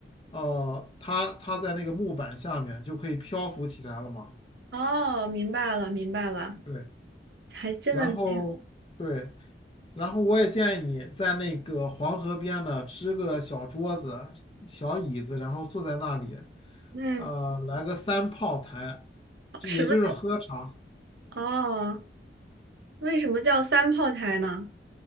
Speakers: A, on the left; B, on the right.
A: 呃，它它在那个木板下面就可以漂浮起来了嘛。
B: 哦，明白了，明白了，
A: 对，
B: 还真的没有，
A: 然后对，然后我也建议你在那个黄河边呢支个小桌子、小椅子，然后坐在那里，
B: 嗯，
A: 呃，来个三炮台，就也就是喝茶
B: 什么？哦，为什么叫三炮台呢？